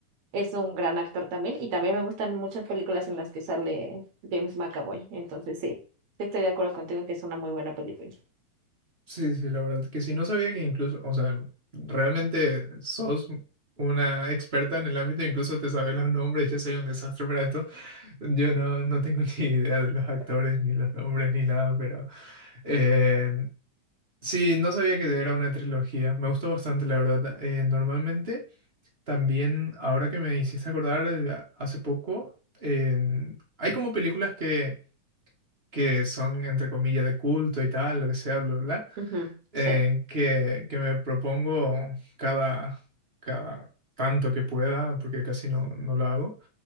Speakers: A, on the right; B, on the right.
A: es un gran actor también y también me gustan muchas películas en las que sale James McAvoy, entonces sí, sí estoy de acuerdo contigo en que es una muy buena película.
B: Sí, sí, la verdad que sí, no sabía que incluso, o sea, realmente sos una experta en el ámbito, incluso te sabes los nombres, yo soy un desastre para esto, yo no, no tengo <laughs> ni idea de los actores, ni los nombres, ni nada, pero eh, sí, no sabía que era una trilogía, me gustó bastante, la verdad. Eh, normalmente, también, ahora que me hiciste acordar, eh, hace poco, en- hay como películas que, que son, entre comillas, de culto y tal, lo que sea, bla, bla. bla,
A: Ujú,
B: eh,
A: sí.
B: que, que me propongo cada, cada tanto que pueda, porque casi no, no lo hago,